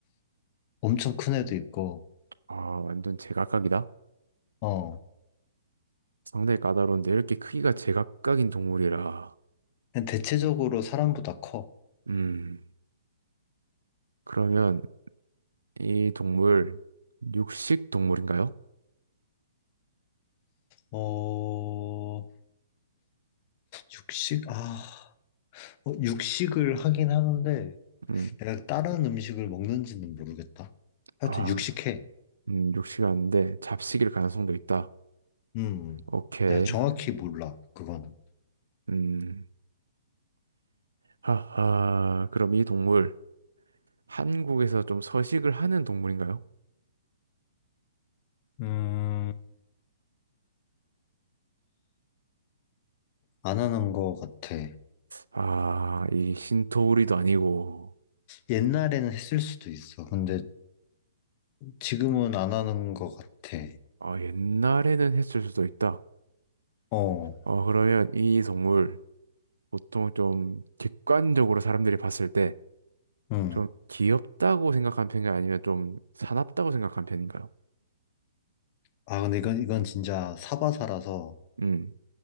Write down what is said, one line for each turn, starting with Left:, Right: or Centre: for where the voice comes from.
Left: 엄청 큰 애도 있고
Right: 아, 완전 제각각이다.
Left: 어
Right: 상당히 까다로운데 이렇게 크기가 제각각인 동물이라.
Left: 그냥 대체적으로 사람보다 커.
Right: 음, 그러면 이 동물 육식 동물인가요?
Left: 어 육식 아 어, 육식을 하긴 하는데
Right: 음,
Left: 내가 다른 음식을 먹는지는 모르겠다. 하여튼
Right: 아,
Left: 육식해.
Right: 음, 육식이 아닌데 잡식일 가능성도 있다.
Left: 음
Right: 오케이.
Left: 내가 정확히 몰라 그거는.
Right: 음, 하하. 그럼 이 동물 한국에서 좀 서식을 하는 동물인가요?
Left: 음. 안 하는 거 같아.
Right: 아, 이 신토우리도 아니고,
Left: 옛날에는 했을 수도 있어. 근데 지금은 안 하는 거 같아.
Right: 아, 옛날에는 했을 수도 있다.
Left: 어,
Right: 어, 그러면 이 동물 보통 좀 객관적으로 사람들이 봤을 때
Left: 응.
Right: 좀 귀엽다고 생각한 편인요 아니면 좀 사납다고 생각한 편인가요?
Left: 아, 근데 이건, 이건 진짜 사바사라서,
Right: 음.